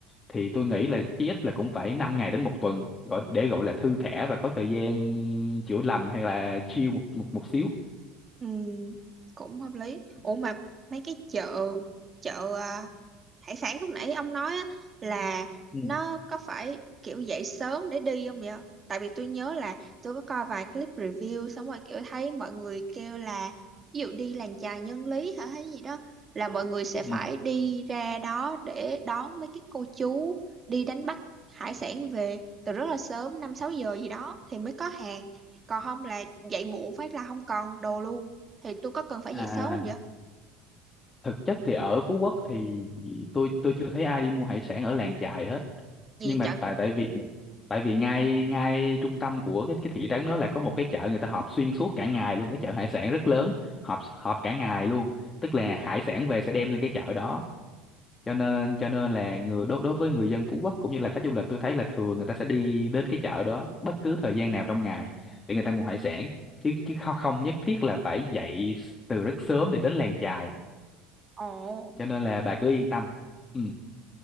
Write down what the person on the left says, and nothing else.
thì tôi nghĩ là chí ít là cũng phải 5 ngày đến một tuần gọi- để gọi là thư thả và có thời gian chữa lành hay là chill một một, một xíu
Ừ.
Ừ.
À,
thực chất thì ở Phú Quốc thì tôi tôi chưa thấy ai đi mua hải sản ở làng chài hết
nhưng mà
tại tại vì tại vì ngay ngay trung tâm của cái cái thị trấn đó là có một cái chợ người ta họp xuyên suốt cả ngày luôn cái chợ hải sản rất lớn họp họp cả ngày luôn tức là hải sản về sẽ đem lên cái chợ đó cho nên cho nên là người đối đối với người dân Phú Quốc cũng như là khách du lịch tôi thấy là thường người ta sẽ đi đến cái chợ đó bất cứ thời gian nào trong ngày để người ta mua hải sản chứ chứ không không nhất thiết là phải dậy từ rất sớm để đến làng chài
cho nên là bà cứ yên tâm ừ.